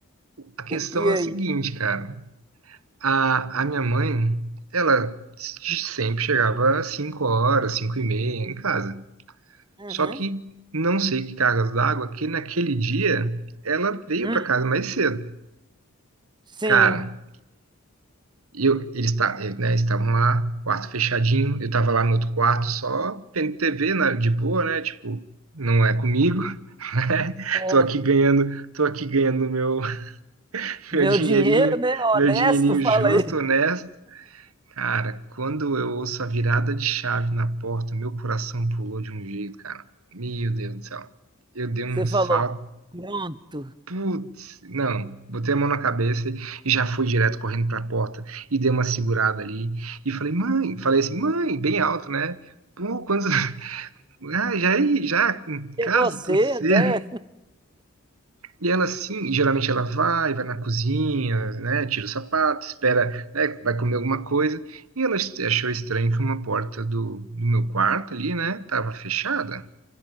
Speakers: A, on the right (about 80°); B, on the right (about 20°).
A: a questão
B: E
A: é
B: aí?
A: a seguinte, cara. A, a minha mãe, ela s- sempre chegava às 5 horas, 5 e meia em casa.
B: Uhum.
A: Só que não sei que cargas d'água, que naquele dia ela veio
B: Hum,
A: para casa mais cedo.
B: sim.
A: Cara, eu, eles ta- eh, né, estavam lá, quarto fechadinho, eu tava lá no outro quarto só vendo TV na- de boa, né? Tipo, não é comigo. <laughs>
B: É,
A: Tô aqui ganhando, tô aqui ganhando meu, <laughs>
B: meu
A: meu dinheirinho,
B: dinheiro, né?
A: meu
B: Honesto,
A: dinheirinho
B: <laughs> fala
A: justo,
B: aí.
A: honesto. Cara, quando eu ouço a virada de chave na porta, meu coração pulou de um jeito, cara. Meu Deus do céu. Eu dei um
B: Você falou,
A: salto.
B: pronto.
A: Putz, não. Botei a mão na cabeça e já fui direto correndo pra porta e dei uma segurada ali e falei: "Mãe", falei assim: "Mãe", bem alto, né? Pô, quando <laughs> Ah, já é aí, já em
B: Chegou
A: casa,
B: cedo,
A: tão cedo.
B: é?
A: E ela sim, e geralmente ela vai, vai na cozinha, né, tira o sapato, espera, né, vai comer alguma coisa. E ela est- achou estranho que uma porta do, do meu quarto ali, né, tava fechada.